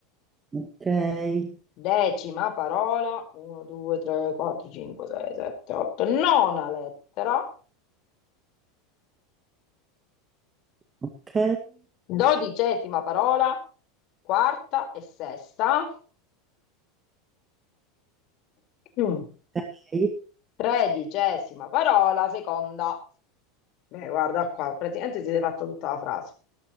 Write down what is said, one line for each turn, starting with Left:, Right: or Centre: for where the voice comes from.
Right: ok,
Left: Decima parola, 1, 2, 3, 4, 5, 6, 7, 8, nona lettera,
Right: ok,
Left: dodicesima parola, quarta e sesta, Mm.
Right: ok.
Left: tredicesima parola, seconda. Beh, guarda qua, praticamente si è fatta tutta la frase.